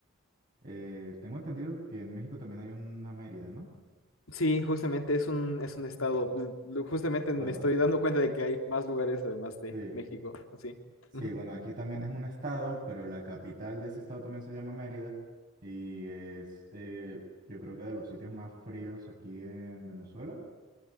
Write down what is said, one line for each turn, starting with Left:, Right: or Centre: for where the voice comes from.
Right: Eh, tengo entendido que en México también hay una Mérida, ¿no?
Left: Sí, justamente es un, es un estado, l- justamente
Right: Bueno,
Left: me estoy dando cuenta de que hay más lugares además de
Right: sí.
Left: México, así.
Right: Sí,
Left: Ujú.
Right: bueno, aquí también es un estado, pero la capital de ese estado también se llama Mérida y es, eh, yo creo que de los sitios más fríos aquí en Venezuela.